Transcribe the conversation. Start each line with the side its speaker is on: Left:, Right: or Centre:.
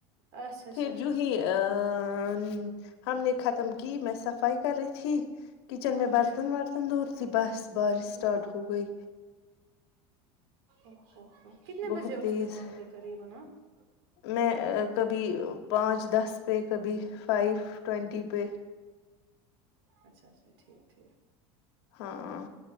Right: اچھا اچھا
Left: پھر جو ہی آ ن ہم نے ختم کہ میں صفائی کر رہی تھی کچن میں
Right: اچھا
Left: برتن ورتن دھو رہی تھی بس بارش
Right: ہوں
Left: اسٹارٹ
Right: او
Left: ہو وہی
Right: اچھا اچھا کتنے
Left: بہت
Right: بجے اٹھتے
Left: تیز
Right: ہو وہاں پہ قریب ہے نہ آپ
Left: میں کبھی پانچ دس پہ کبھی فائیو ٹوینٹی پہ
Right: اچھا اچھا ٹھیک ٹھیک
Left: ہاں